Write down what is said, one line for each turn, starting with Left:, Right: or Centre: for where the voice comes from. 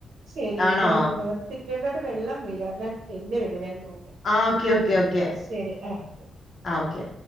Right: ശരി
Left: ആണോ
Right: ഞാനൊ സിറ്റൗട്ടിലോട്ട് വെള്ളം വീണ് അന്നേരം തെന്നി വീണ്
Left: ആ ഓക്കെ ഓക്കെ ഓക്കെ
Right: ശരി ആഹ്
Left: ആ ഓക്കെ